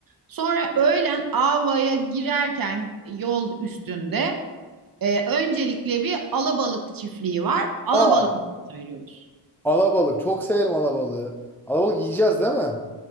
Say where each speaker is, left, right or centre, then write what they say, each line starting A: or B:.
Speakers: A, on the right; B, in the centre.
A: Sonra öğlen Ava'ya girerken yol üstünde e, öncelikle bir alabalık çiftliği var. Alabalık
B: Aa,
A: menüsü veriyoruz.
B: alabalık. Çok severim alabalığı. Alabalık yiyeceğiz değil mi?